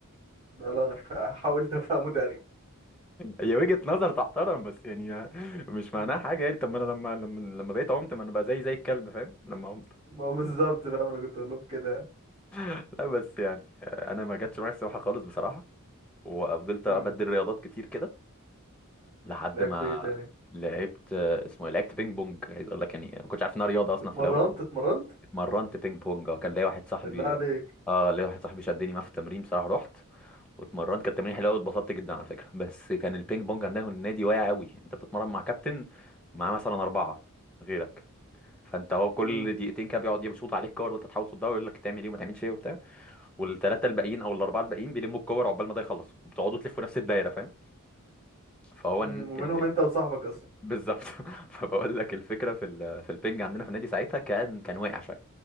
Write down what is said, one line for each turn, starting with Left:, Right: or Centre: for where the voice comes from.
Right: ده اللي انا فا- حاولت افهمه تقريبا
Centre: هي وجهة نظر تحترم بس يعني مش
Right: مم.
Centre: معناها حاجه يعني طب ما انا لما لما لما بقيت عمت ما انا بقى زي زي الكلب فاهم لما عمت
Right: ما هو بالظبط فاهم انا كنت اقول لهم كده
Centre: لا بس يعني آه، انا ما جاتش معايا السباحه خالص بصراحه وفضلت
Right: امم
Centre: ابدل رياضات كتير كده لحد
Right: لعبت
Centre: ما
Right: ايه تاني
Centre: لعبت آه، اسمه إيه؟ لعبت بينج بونج عايز اقول لك يعني ما كنتش عارف انها رياضه اصلا
Right: اتمرنت
Centre: في الاول
Right: اتمرنت
Centre: اتمرنت بينج بونج آه، كان ليا واحد صاحبي
Right: بالله عليك
Centre: اه ليا واحد صاحبي شدني معاه في التمرين بصراحه رحت واتمرنت كانت تمرين حلوه قوي اتبسطت جدا على فكره بس كان البينج بونج عندنا النادي واقع قوي انت بتتمرن مع كابتن معاه مثلا اربعه غيرك فانت هو كل
Right: امم
Centre: دقيقتين كده بيقعد يشوط عليك كور وانت تحاول تصدها ويقول لك تعمل ايه وما تعملش ايه وبتاع والثلاثه الباقيين او الاربعه الباقيين بيلموا الكور عقبال ما ده يخلص وبتقعدوا تلفوا نفس الدايره فاهم فهو
Right: امم
Centre: ال...
Right: ومنهم
Centre: ال... ال-
Right: انت وصاحبك
Centre: بالظبط <laughs> فبقول لك الفكره في ال... في البنج عندنا في النادي ساعتها كان كان واقع شويه